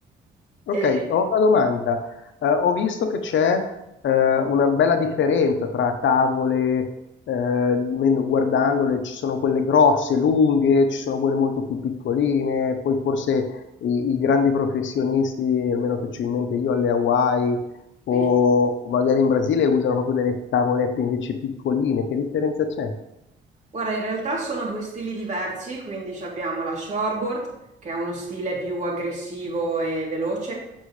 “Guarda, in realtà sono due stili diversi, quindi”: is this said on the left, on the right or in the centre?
Right